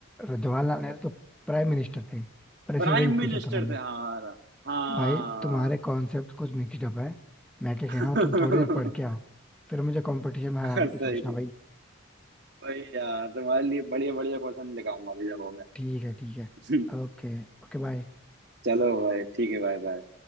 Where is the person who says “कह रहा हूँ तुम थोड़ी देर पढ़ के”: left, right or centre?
Centre